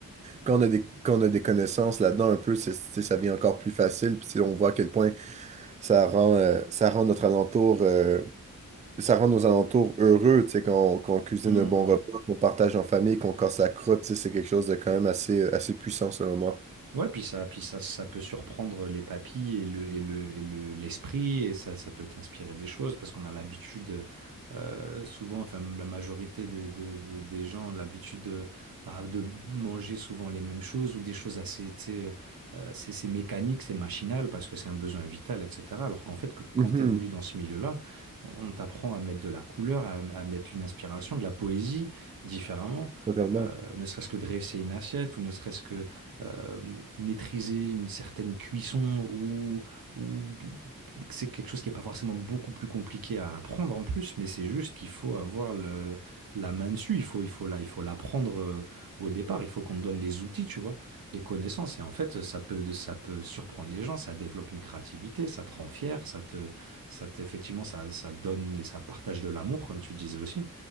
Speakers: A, on the right; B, on the right.
A: Quand on a des, quand on a des connaissances là-dedans, un peu, c'est- c'est- ça devient encore plus facile. Puis tu sais, on voit à quel point ça rend, euh, ça rend notre alentour, euh, ça rend nos alentours heureux. Tu sais, quand on, quand on cuisine
B: Mhm.
A: un bon repas, qu'on partage en famille, qu'on casse la croûte, tu sais, c'est quelque chose de quand même assez, euh, assez puissant selon moi.
B: Ouais, puis ça, puis ça, ça peut surprendre les papilles et le, et le, et le, l'esprit, et ça, ça peut t'inspirer des choses parce qu'on a l'habitude, euh, souvent, enfin, la majorité des, des, des des gens ont l'habitude de, ah, de manger souvent les mêmes choses ou des choses assez, tu sais, euh, c'est c'est mécanique, c'est machinal parce que c'est un besoin vital, etc. Alors qu'en fait, que,
A: Mhm,
B: quand tu évolues dans ce milieu-là, on, on t'apprend à mettre de la couleur, à, à mettre une inspiration, de la poésie différemment,
A: totalement.
B: euh, ne serait-ce que dresser une assiette ou ne serait-ce que euh, maîtriser une certaine cuisson ou, ou c'est quelque chose qui n'est pas forcément beaucoup plus compliqué à apprendre en plus, mais c'est juste qu'il faut avoir le- la main dessus, il faut, il faut, la- il faut l'apprendre euh, au départ, il faut qu'on te donne les outils, tu vois, les connaissances. Et en fait, ça peut, ça peut surprendre les gens, ça développe une créativité, ça te rend fier, ça te, ça te- effectivement, ça, ça donne et ça partage de l'amour, comme tu disais aussi.